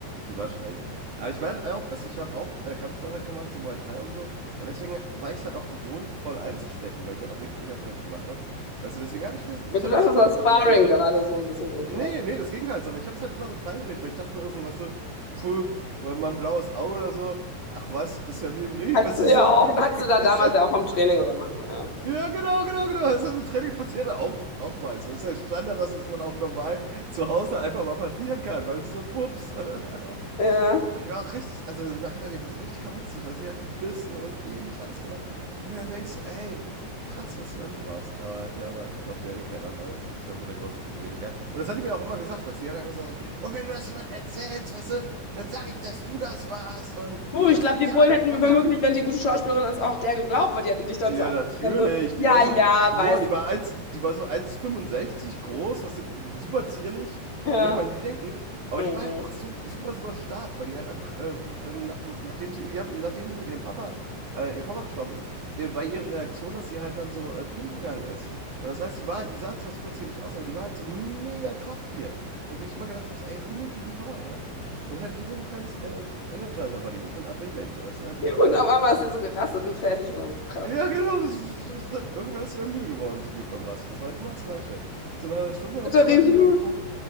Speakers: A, on the right (about 50°); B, on the left (about 40°).
A: die war schon echt. Aber ich war halt auch, also ich habe auch äh, Kampfsport halt gemacht, so Muay Thai und so. Und deswegen war ich es halt auch gewohnt, voll einzustecken, weil ich halt auch Ringkämpfe gemacht habe. Weißt du, deswegen habe ich mir, ich
B: Und du
A: habe
B: dachtest,
A: das immer
B: das
A: so klein
B: war
A: geredet.
B: Sparring gerade so ein bisschen. Okay.
A: Nee, nee, das Gegenteil, sondern ich hab's halt immer so klein geredet, weil ich dachte mir immer so, weißt du, puh, weil mein blaues Auge oder so, ach was, ist ja wie im Regen,
B: Hattest
A: weißt
B: sie
A: du, so,
B: ja auch,
A: wie, wie
B: hattest sie
A: <laughs>
B: da damals
A: ist halt,
B: ja auch vom Training oder mal so, ja.
A: ja, genau, genau, genau, das ist halt mit Trainings passiert ja auch, auch mal so, ist halt Standard, dass es dann auch normal zu Hause einfach mal passieren kann, weißt du, so, pups, <laughs> äh, aber
B: Ja.
A: die war auch richtig, also nachher, die war so richtig kaputzig, weil sie hat gebissen und jeden Scheiß gemacht. Wo du dann denkst, so, ey, krass, was du damit machst. Aber ja, live, glaubt ja eh keiner, weil du bist ja so der große tätowierte Kerl. Und das hat die mir auch immer gesagt, weißt du, die hat dann gesagt, und wenn du das jemandem erzählst, weißt du, dann sag ich, dass du das warst und
B: Uh,
A: dass
B: ich glaube,
A: du
B: die
A: ja
B: Bullen
A: angefangen
B: hätten mir womöglich,
A: hast.
B: wenn die gute Schauspielerin ist, auch der geglaubt, weil die hätten dich dann
A: Ja,
B: so
A: natürlich.
B: angeguckt. So,
A: Die
B: ja,
A: war so,
B: ja,
A: ein- boah,
B: weißt
A: die war eins, die war so eins Komma fünfundsechzig groß, was so super zierlich,
B: du. Ja.
A: würde man nie denken. Aber
B: Mhm.
A: die war halt auch super, super, super stark, weil die halt einfach, äh, die, ähm, nach dem, nachdem sie, ja, nachdem sie mit ihrem Papa, äh, ihr Papa gestorben ist, äh, war ihre Reaktion, dass sie halt dann so äh, pumpen gegangen ist. Und das heißt, die war, halt- die sah zwar super zierlich aus, aber die war halt so mega Krafttier. Wo ich immer gedacht habe, so, ey, wo nimmt die die Power her? Und halt wie so ein kleines äh, Energizer-Bunny, wie so ein AB-Männchen, weißt du, hat nie aufgehört.
B: Und auf einmal ist sie so gerastet und fertig. Oh, krass.
A: Ja, genau. Das ist, ist dann, irgendwann ist sie dann müde geworden, zum Glück beim Rasten. Das war immer das Gleiche. Zu einer halben Stunde
B: Ist
A: auf
B: doch
A: zwei,
B: riesig.
A: wenn ihr auf Koks,